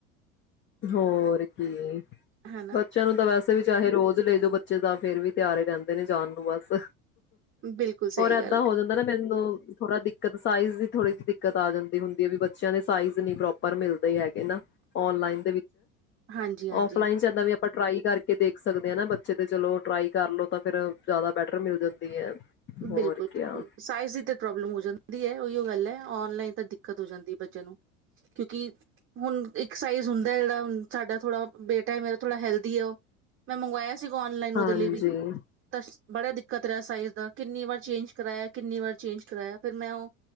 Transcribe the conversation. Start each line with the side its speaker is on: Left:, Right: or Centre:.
Left: ਹੋਰ ਕੀ
Right: ਹਨਾ
Left: ਬੱਚਿਆਂ ਨੂੰ ਤਾਂ ਵੈਸੇ ਵੀ ਚਾਹੇ ਰੋਜ਼ ਲੈ ਲਓ ਬੱਚੇ ਦਾ ਫੇਰ ਵੀ ਤਿਆਰ ਹੀ ਰਹਿੰਦੇ ਨੇ ਜਾਣ ਨੂੰ ਬਸ
Right: ਬਿਲਕੁਲ ਸਹੀ
Left: ਹੋਰ ਏਦਾਂ
Right: ਗੱਲ
Left: ਹੋ
Right: ਹੈ
Left: ਜਾਂਦਾ ਨਾ ਮੈਨੂੰ ਥੋੜਾ ਦਿੱਕਤ ਸਾਈਜ਼ ਦੀ ਥੋੜੀ ਜਿਹੀ ਦਿੱਕਤ ਆ ਜਾਂਦੀ ਹੁੰਦੀ ਹੈ ਵੀ ਬੱਚਿਆਂ ਦੇ ਸਾਈਜ਼ ਨੀ ਪ੍ਰੋਪਰ ਮਿਲਦੇ ਹੈਗੇ ਨਾ ਔਨਲਾਈਨ
Right: ਹਾਂਜੀ ਹਾਂਜੀ
Left: ਆਫਲਾਈਨ ਚ ਇੱਦਾਂ ਵੀ ਆਪਾਂ ਟ੍ਰਈ ਕਰਕੇ ਦੇਖ ਸਕਦੇ ਹਾਂ ਨਾ ਬੱਚੇ ਤੇ ਚਲੋ ਟਰਾਈ ਕਰਲੋ ਤਾਂ ਫਿਰ ਜ਼ਿਆਦਾ ਬੈਟਰ ਮਿਲ ਜਾਂਦੀ ਹੈ ਹੋਰ
Right: ਬਿਲਕੁਲ
Left: ਕਿਆ
Right: ਬਿਲਕੁਲ ਸਾਈਜ਼ ਦੀ ਤੇ ਪ੍ਰੋਬਲਮ ਹੋ ਜਾਂਦੀ ਹੈ ਗੱਲ ਹੈ ਔਨਲਾਈਨ ਤਾਂ ਦਿੱਕਤ ਹੋ ਜਾਂਦੀ ਹੈ ਬੱਚਿਆਂ ਨੂੰ ਕਿਉਂਕਿ ਹੁਣ ਇੱਕ ਸਾਈਜ ਹੁੰਦਾ ਜਿਹੜਾ ਹ ਸਾਡਾ ਥੋੜਾ ਬੇਟਾ ਹੈ ਮੇਰਾ ਥੋੜਾ ਹੈਲਦੀ ਆ ਉਹ ਮੈਂ ਮੰਗਵਾਇਆ ਸੀ ਆਨਲਾਈਨ
Left: ਹਾਂਜੀ
Right: ਉਹਦੇ ਲਈ ਵੀ ਤਾਂ ਬੜਾ ਦਿੱਕਤ ਰਿਹਾ ਸਾਈਜ਼ ਦਾ ਕਿੰਨੀ ਵਾਰ ਚੇਂਜ ਕਰਾਇਆ ਕਿੰਨੀ ਵਾਰ ਚੇਂਜ ਕਰਾਇਆ ਫਿਰੈਂ ਉਹ